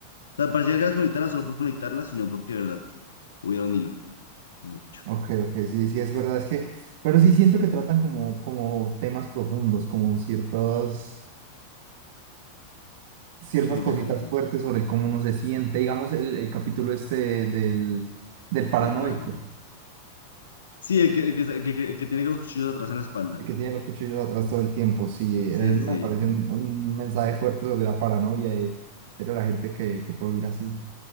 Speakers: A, on the left; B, on the right.
A: sea, parecía que las conectaran solo por conectarlas, sino porque, de verdad, hubiera un hilo, mejor dicho.
B: Ok, ok, sí, sí, es verdad, es que, pero sí siento que tratan como, como temas profundos, como ciertas, ciertas
A: Como
B: cositas
A: que, como que,
B: fuertes sobre cómo uno se siente, digamos, el, el capítulo este del, del paranoico,
A: ¿de cuál? Sí, el que, el que, el que, el que tiene los cuchillos atrás en la espalda.
B: el que tiene los cuchillos atrás todo el tiempo, sí,
A: Sí,
B: eh,
A: sí,
B: me
A: sí.
B: parece un, un mensaje fuerte sobre la paranoia de, de la gente que, que puede vivir así,